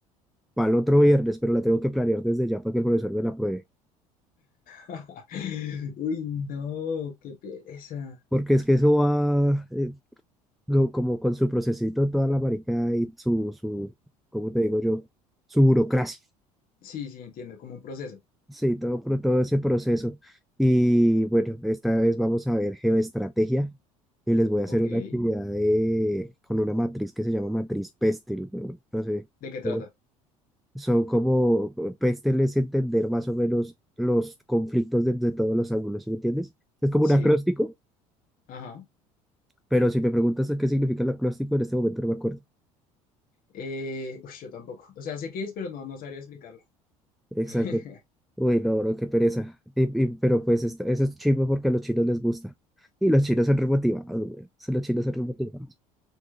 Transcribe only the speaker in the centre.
para el otro viernes, pero la tengo que planear desde ya para que el profesor me la apruebe,
porque es que eso va eh, co- como con su procesito, toda la maricada y su, su, ¿cómo te digo yo? Su burocracia.
Sí, todo, pro- todo ese proceso. Y bueno, esta vez vamos a ver geoestrategia y les voy a hacer
una
actividad de, con una matriz que se llama matriz Pestel. No no sé.
como- Son como, Pestel es entender más o menos los conflictos desde todos los ángulos, ¿sí me entiendes? Es como
un acróstico,
pero si me preguntas qué significa el acróstico, en este momento no me acuerdo.
Exacto.
Uy, no, bro, qué pereza. Y- y- pero pues esta- eso es chivo porque a los chinos les gusta. Y los chinos son remotivados, güey. Sí, Los chinos son remotivados.